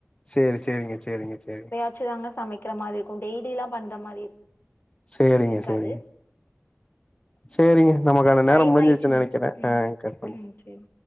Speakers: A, on the left; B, on the left.
A: சேரி சேரிங்க சேரிங்க சேரிங்க
B: யாச்சு தாங்க சமைக்கிற மாரி இருக்கு டெய்லிலா பண்ற மாரி
A: சேரிங்க
B: இருக்காது
A: சேரிங்க சேரிங்க நமக்கான நேரோ
B: டைம்
A: முடிஞ்சிர்ச்சினு
B: ஆயிடுச்சு
A: நெனைக்கிறே
B: நெனைக் ம்
A: ஆ கட் பண்ணி
B: ம் சேரி